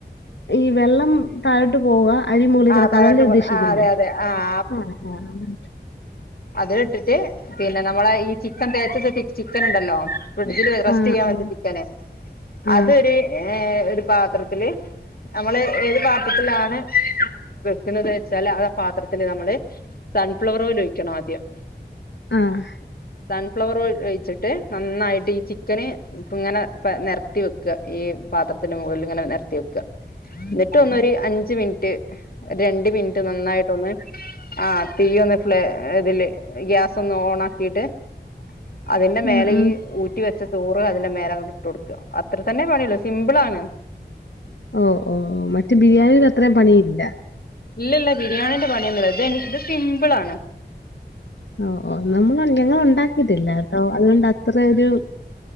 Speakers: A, on the left (about 80°); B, on the left (about 55°).
A: ഈ വെള്ളം താഴോട്ട് പോവ അരിമുകളിൽ
B: ആഹ്
A: കിടക്ക
B: താഴോട്ട്
A: അതല്ലേ
B: പോന്ന
A: ഉദ്ദേശിക്കുന്നേ
B: ആഹ് അതെ അതെ ആഹ്
A: ആഹാ ആഹാ
B: അത് ഇട്ടിട്ട് പിന്നെ നമ്മളെ ഈ ചിക്കൻ തേച്ച ചിക്കൻ ഉണ്ടല്ലോ ഫ്രിഡ്ജില് റസ്റ്റ്
A: ആ
B: ചെയ്യാൻ വെച്ച
A: ആ
B: ചിക്കന്
A: ആ
B: അതൊരു ഏ ഒരു പാത്രത്തില് നമ്മള് ഏത് ത്തിലാണ് വെക്കുന്നത് വെച്ചാല് ആത് പാത്രത്തില് നമ്മള് സൺഫ്ലവറോലോഴിക്കണം ആദ്യം
A: ആഹാ
B: സൺഫ്ലവർ ഒഴിച്ചിട്ട് നന്നായിട്ട് ഈ ചിക്കന് ഇപ്പ ഇങ്ങനെ ഇപ്പനെരത്തി വെക്ക ഈ പാത്രത്തിന്റെ മുകളിൽ ഇങ്ങനെ നെരത്തിവെക്കാ ന്നിട്ട് ഒന്ന് ഒരു അഞ്ച് മിനിറ്റ് രണ്ട് മിനിറ്റ് നന്നായിട്ടൊന്ന് ആഹാ തീ ഒന്ന് ഫ്ലെ ഇതില് ഗ്യാസ ഒന്ന് ഓൺ ആക്കിട്ട് അതിന്റെ മേലെ
A: ആ ആ.
B: ഈ ഊറ്റി വെച്ച ചോറ് അതിന്റെ മേല അ ഇട്ട് കൊടുക്ക അത്ര തന്നെ പണിയുള്ളൂ സിമ്പിൾ ആണ്
A: ഓ ഓ ഓ മറ്റേ ബിരിയാണിയിടത്രെയും പണിയില്ല
B: ഇല്ല ഇല്ല ബിരിയാണിന്റെ പണിയൊന്ന ഇത് ഇത് സിമ്പിൾ ആണ്
A: ഓ ഓ നമ്മൾ ഞങ്ങ ഉണ്ടാക്കിയിട്ടില്ല അതുകൊണ്ട് അത്രൊ ഒരു